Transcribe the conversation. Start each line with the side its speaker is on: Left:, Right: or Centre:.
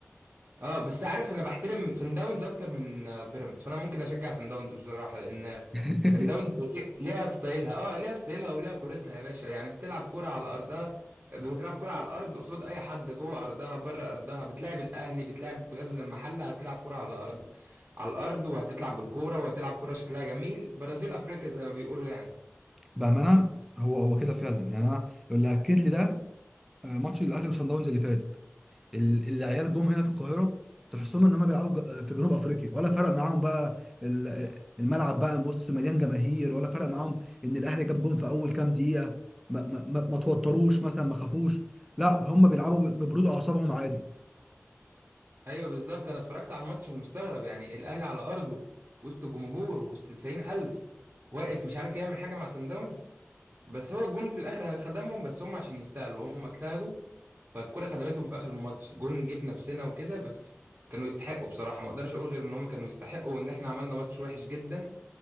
Right: اه بس عارف انا بحترم سان داونز اكتر من آه، بيراميدز فانا ممكن اشجع سان داونز بصراحه لان
Centre: <laughs>
Right: سان داونز ليها ستايلها اه ليها ستايلها وليها كورتها يا باشا يعني بتلعب كوره على ارضها بتلعب كوره على الارض قصاد اي حد جوه ارضها بره ارضها بتلعب الاهلي بتلعب غزل المحله هتلعب كوره على الارض على الارض وهتلعب بالكوره وهتلعب كوره شكلها جميل برازيل افريقيا زي ما بيقولوا يعني
Centre: بامانه هو هو كده فعلا يعني انا اللي اكد لي ده آه، ماتش الاهلي وصن داونز اللي فات ال- العيال جم هنا في القاهره تحسهم ان هم بيلعبوا ج- في جنوب افريقيا ولا فرق معاهم بقى ال- الملعب بقى بص مليان جماهير ولا فرق معاهم ان الاهلي جاب جون في اول كام دقيقه ما ما ما ما توتروش مثلا ما خافوش لا هم بيلعبوا ب- ببرود اعصابهم عادي
Right: ايوه بالظبط انا اتفرجت على الماتش ومستغرب يعني الاهلي على ارضه وسط جمهور وسط 90000 واقف مش عارف يعمل حاجه مع سان داونز بس هو الجون في الاخر خدمهم بس هم عشان يستاهلوا هم اجتهدوا فالكره خدمتهم في اخر الماتش جون جه في نفسنا وكده بس كانوا يستحقوا بصراحه ما اقدرش اقول غير ان هم كانوا يستحقوا وان احنا عملنا ماتش وحش جدا